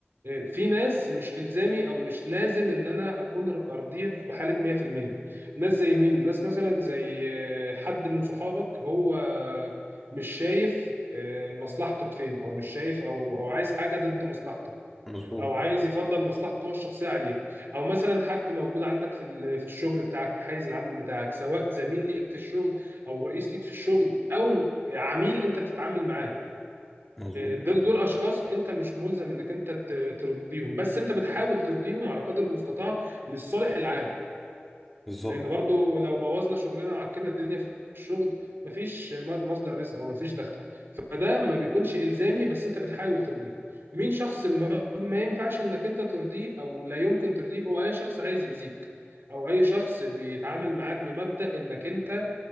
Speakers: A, on the right; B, in the centre.
A: في ناس مش الزامي او مش لازم ان انا اكون ارضيه في حاله 100% ناس زي مين ناس مثلا زي آه، حد من صحابك هو مش شايف آه، مصلحتك فين او مش شايف او او عايز حاجه ضد مصلحتك
B: مظبوط
A: او عايز يفضل مصلحته هو الشخصيه عليك او مثلا حد موجود عندك في ال- في الشغل بتاعك في حيز العمل بتاعك سواء زميل ليك في الشغل او رئيس ليك في الشغل او عميل انت بتتعامل معاه
B: مظبوط
A: دول دول اشخاص انت مش ملزم انك انت ت- ترضيهم بس انت بتحاول ترضيهم على قدر المستطاع للصالح العام
B: بالظبط
A: لان برضو لو بوظنا شغلنا وعكنا الدنيا في الشغل مفيش م- مصدر رزق او مفيش دخل فده ما بيكونش الزامي بس انت بتحاول ترضيه مين شخص ما, ما ينفعش انك انت ترضيه او لا يمكن ترضيه هو اي شخص عايز يأذيك او اي شخص بيتعامل معاك بمبدأ انك انت